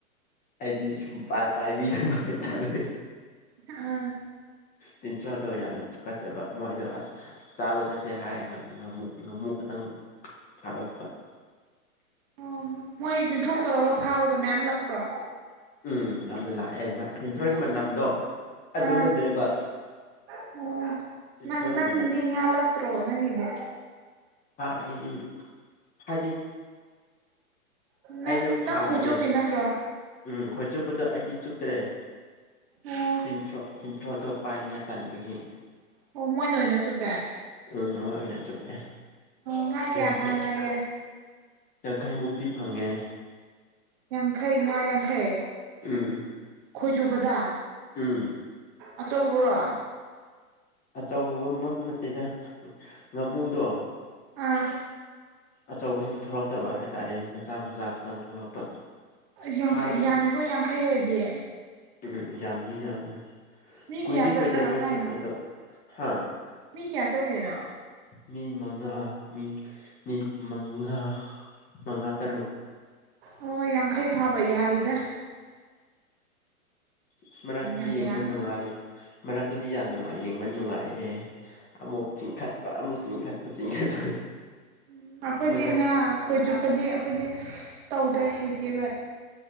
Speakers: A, on the left; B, on the right.
A: ꯑꯩꯗꯤ ꯁꯨꯝ ꯄꯥꯎꯕꯤ ꯄꯥꯏꯕꯤꯗꯕ ꯍꯥꯏꯇꯥꯔꯦ
B: ꯑꯥ
A: ꯇꯤꯟꯊ꯭ꯔꯣꯗꯣ ꯌꯥꯝꯅ ꯊꯨꯀꯠꯆꯕ ꯃꯣꯏꯗꯣ ꯑꯁ ꯆꯥꯕ ꯆꯠꯁꯦ ꯍꯥꯏꯔ ꯉꯥꯃꯨ ꯉꯥꯃꯨꯛ ꯈꯇꯪ ꯐꯥꯠꯂꯛꯄ
B: ꯑꯣ ꯃꯣꯏ ꯇꯤꯟꯊ꯭ꯔꯣꯛ ꯇꯧꯔꯒ ꯐꯥꯕꯗꯣ ꯃꯌꯥꯝ ꯂꯛꯄ꯭ꯔꯣ
A: ꯎꯝ ꯌꯥꯝꯅ ꯂꯥꯛꯑꯦ ꯃꯤ ꯇꯤꯟꯊ꯭ꯔꯣꯏꯒꯤ ꯃꯅꯝꯗꯣ ꯑꯗꯨꯅꯅꯦꯕ
B: ꯑꯥ ꯑꯣ
A: ꯇꯤꯟꯊ꯭ꯔꯣꯒꯤ
B: ꯅꯪ ꯅꯪꯗꯤ
A: ꯃꯅꯝ
B: ꯉꯥ ꯂꯛꯇ꯭ꯔꯣ ꯅꯪꯗꯤ
A: ꯑ ꯑꯩꯗꯤ ꯍꯥꯏꯗꯤ
B: ꯅꯪ
A: ꯑꯩꯗꯣ
B: ꯅꯪ
A: ꯐꯥꯟꯗ꯭ꯔꯦ
B: ꯈꯣꯏꯆꯣꯞꯄꯤ ꯅꯠꯇ꯭ꯔꯣ
A: ꯎꯝ ꯈꯣꯏ ꯆꯨꯞꯄꯗꯣ ꯑꯩꯗꯤ ꯆꯨꯞꯇꯔꯦ
B: ꯑꯣ
A: ꯇꯤꯟꯊ꯭ꯔꯣꯛ ꯇꯤꯟꯊ꯭ꯔꯣꯇꯣ ꯄꯥꯏꯅꯤꯡꯉꯥꯏ ꯇꯟꯕꯒꯤ
B: ꯑꯣ ꯃꯣꯏꯅ ꯑꯣꯏꯅ ꯆꯨꯞꯄꯦ ꯑꯣ
A: ꯎꯝ ꯃꯣꯏ ꯑꯣꯏꯅ ꯆꯨꯞꯄꯦ
B: ꯉꯥ ꯀꯌꯥ
A: ꯌꯥꯡꯈꯩ
B: ꯐꯥꯔꯛꯑꯒꯦ
A: ꯌꯥꯡꯈꯩꯃꯨꯛꯇꯤ ꯐꯪꯉꯦ
B: ꯌꯥꯡꯈꯩ ꯉꯥ ꯌꯥꯡꯈꯩ
A: ꯎꯝ
B: ꯈꯣꯏ ꯆꯨꯕꯗ
A: ꯎꯝ
B: ꯑꯆꯧꯕꯔꯣ
A: ꯑꯆꯧꯕꯃꯛ ꯅꯠꯇꯦꯗ ꯉꯥꯃꯨꯗꯣ
B: ꯑꯥ
A: ꯑꯆꯧꯕꯁꯤꯡꯗ ꯊꯣꯛꯂꯛꯇꯕ ꯍꯥꯏꯇꯥꯔꯦ ꯃꯆꯥ ꯃꯆꯥ ꯈꯛꯇꯪ ꯊꯣꯛꯂꯛꯄ
B: ꯌꯥꯡꯈꯩ
A: ꯐꯥꯕ
B: ꯌꯥꯝꯃꯤꯈꯣ ꯌꯥꯡꯈꯩ ꯑꯣꯏꯗꯦ
A: ꯎꯝ ꯌꯥꯝꯗꯤ ꯌꯥꯝꯅꯤ
B: ꯃꯤ
A: ꯀꯨꯏꯗꯤ
B: ꯀꯌꯥ ꯆꯠꯂꯒ
A: ꯀꯨꯏꯗꯦ ꯃꯣꯏ
B: ꯐꯥꯏꯅꯣ
A: ꯆꯨꯞꯄꯗꯣ ꯍꯥꯥ
B: ꯃꯤ ꯀꯌꯥ ꯆꯪꯂꯤꯅꯣ
A: ꯃꯤ ꯃꯉꯥ ꯃꯤ ꯃꯤ ꯃꯉꯥ ꯃꯉꯥ ꯇꯔꯨꯛ
B: ꯑꯣ ꯌꯥꯡꯈꯩ ꯐꯥꯕ ꯌꯥꯏꯗ
A: ꯏꯁ ꯃꯅꯥꯛꯇꯗꯤ
B: ꯌꯥꯝ
A: ꯌꯦꯡꯕ
B: ꯌꯥꯝ
A: ꯅꯨꯡꯉꯥꯏꯌꯦ ꯃꯔꯛꯇꯗꯤ ꯌꯥꯝ ꯅꯨꯡꯉꯥꯏ ꯌꯦꯡꯕ ꯅꯨꯡꯉꯥꯏꯌꯦ ꯑꯃꯨꯛ ꯆꯤꯡꯈꯠꯄ ꯑꯃꯨꯛ ꯆꯤꯡꯈꯠꯄ ꯆꯤꯡꯈꯠꯄ
B: ꯎꯝ ꯑꯩꯈꯣꯏꯗꯤ
A: ꯃꯣꯏꯗ
B: ꯉꯥ ꯈꯣꯏ ꯆꯨꯞꯄꯗꯤ ꯑꯩꯈꯣꯏꯗꯤ ꯇꯧꯗꯩ ꯍꯩꯇꯦꯕ